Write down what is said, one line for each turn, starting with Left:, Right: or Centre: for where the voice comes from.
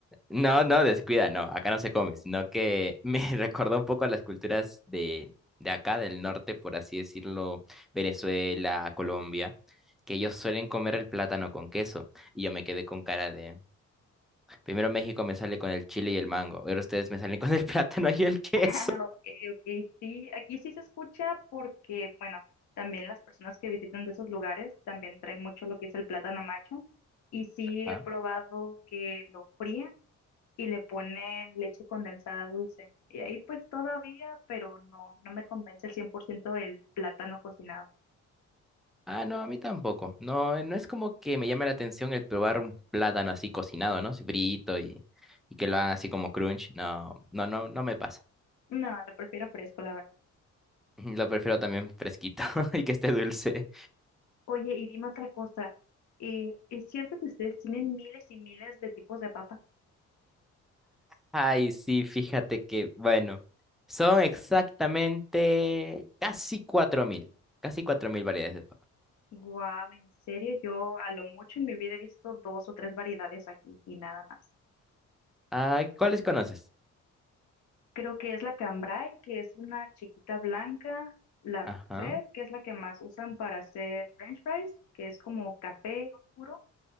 Centre: No, no, descuida, no, acá no se come, sino que me <laughs> recordó un poco a las culturas de, de acá, del norte, por así decirlo, Venezuela, Colombia, que ellos suelen comer el plátano con queso. Y yo me quedé con cara de... Primero México me sale con el chile y el mango. Ahora ustedes me salen con el <laughs> plátano y el
Left: <laughs>
Centre: queso.
Left: Ah, ok, ok, sí, aquí sí se escucha porque, bueno, también las personas que visitan de esos lugares también traen mucho lo que es el plátano macho y sí
Centre: Ah,
Left: he probado que lo fríen y le ponen leche condensada dulce y ahí pues todavía, pero no, no me convence el 100% el plátano cocinado.
Centre: Ah, no, a mí tampoco. No, eh, no es como que me llame la atención el probar un plátano así cocinado, ¿no? Así frito y, y que lo hagan así como crunch. No, no, no, no me pasa.
Left: No, lo prefiero fresco, la verdad.
Centre: <laughs> Lo prefiero también fresquito <laughs> y que esté dulce.
Left: Oye, y dime otra cosa, eh, ¿es cierto que ustedes tienen miles y miles de tipos de papas?
Centre: Ay, sí, fíjate que, bueno, son exactamente casi cuatro mil, casi cuatro mil variedades de papa.
Left: Wow, en serio, yo a lo mucho en mi vida he visto dos o tres variedades aquí y nada más.
Centre: Ah, ¿cuáles conoces?
Left: Creo que es la cambray, que es una chiquita blanca, la rosette,
Centre: Ajá.
Left: que es la que más usan para hacer French fries, que es como café oscuro,